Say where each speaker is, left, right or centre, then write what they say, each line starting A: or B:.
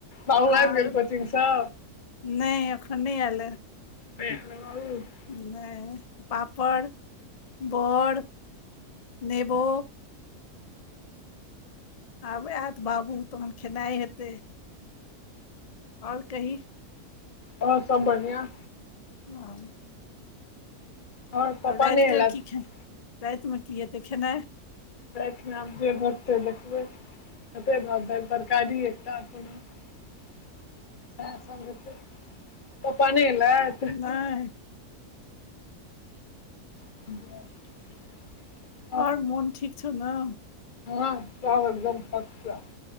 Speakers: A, on the left; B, on the left.
A: बाबू
B: आर
A: आबि गेल कोचिंग स
B: नहि अखन नहि आयल ह
A: <unintelligible>
B: नहि पापड़ बड़ नेबो आब आयत बाबू तहन खेनाई हेतै ओर कही
A: ओर सब बढ़ियां
B: <unintelligible>
A: आओर पापा
B: तब राति
A: नहि एलथि
B: के की खेनाई रातिमे की हेतै खेनाई
A: रातमे आब जे होतै देखबै हेतई भात दालि तरकारी एकटा कोनो <unintelligible> पप्पा नहि एलथ
B: नहि
A: <unintelligible>
B: ओर मोन ठीक छौ ना
A: हँ सभ एकदम फस्ट क्लास